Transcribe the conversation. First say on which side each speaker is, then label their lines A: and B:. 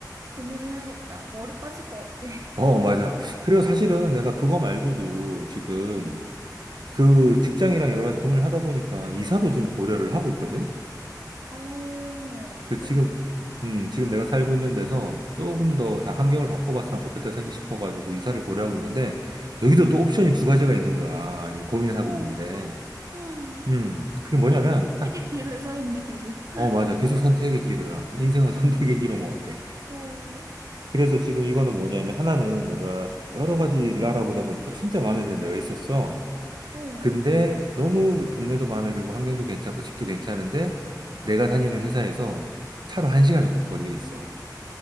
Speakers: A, on the right; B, on the right.
A: 고민을 해야겠다. 머리 빠질 것 같아.
B: 어, 맞아. 그리고 사실은 내가 그거 말고도 지금
A: 응.
B: 그 직장이랑 여러 가지 고민을 하다 보니까 이사도 지금 고려를 하고 있거든?
A: <laughs> 어,
B: 그
A: 이사도
B: 지금 음
A: 있다.
B: 지금 내가 살고 있는 데서 조금 더 다 환경을 바꿔봤으면 좋겠다 생- 싶어가지고 이사를 고려하고 있는데 여기도
A: 응.
B: 또 옵션이 두 가지가 있는 거야 이제 고민을 하고
A: 어,
B: 있는데
A: 또, 응.
B: 음 그게 뭐냐면
A: 선택의
B: 하-
A: 길을 서 있네, 계속.
B: 어 맞아 계속 선택의 기로야 인생은 <laughs> 선택의
A: 응.
B: 기로인 것 같아
A: 또,
B: 그래서 지금 이거는 뭐냐면 하나는 내가 여러 가지를 알아보다 보니까 진짜 마음에 드는 데가 있었어
A: 어,
B: 근데 너무 동네도 마음에 들고 환경도 괜찮고 집도 괜찮은데 내가 다니는 회사에서 차로 한 시간 정도 거리에 있어